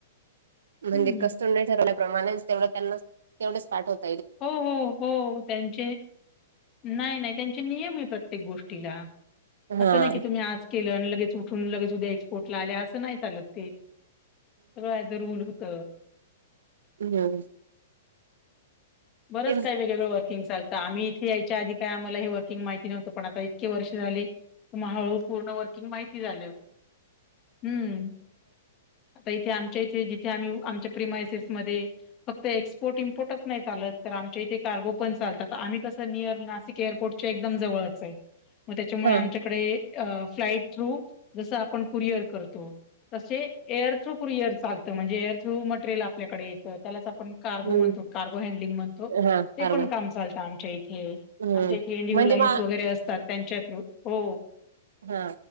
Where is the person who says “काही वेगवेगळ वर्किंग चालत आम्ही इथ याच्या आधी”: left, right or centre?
Left